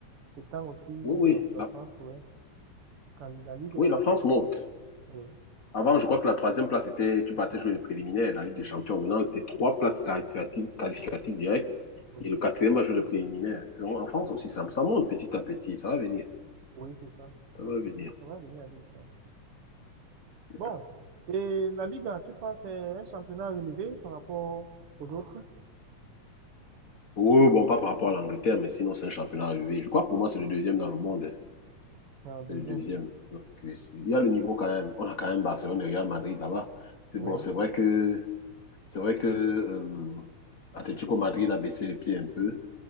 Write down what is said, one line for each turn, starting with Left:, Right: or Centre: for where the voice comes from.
Right: le temps aussi,
Left: Oui, oui.
Right: avec la
Left: La,
Right: France pourrait, quand la Ligue
Left: oui,
Right: 1,
Left: la France monte.
Right: oui,
Left: Avant, je crois que la troisième place était, tu partais jouer les préliminaires, la Ligue des Champions. Maintenant, tu trois places qualificatives, qualificatives directes
Right: oui,
Left: et le quatrième va jouer le préliminaire. C'est- En France aussi, ça, ça monte petit à petit. Ça va venir.
Right: oui, c'est ça.
Left: Ça
Right: ça.
Left: va venir.
Right: ça va venir avec le temps.
Left: C'est
Right: Bon,
Left: ça.
Right: et la Ligue 1, tu penses, c'est un championnat relevé par rapport aux autres,
Left: Oui, bon, pas par rapport à l'Angleterre, mais sinon, c'est un championnat relevé. Je crois que pour moi, c'est le deuxième dans le monde.
Right: la deuxième,
Left: le deuxième. Donc, euh, il y a le niveau quand même. On a quand même Barcelone et Real Madrid là-bas. C'est
Right: oui,
Left: bon, c'est vrai que, c'est vrai que euh, Atlético Madrid a baissé les pieds un peu,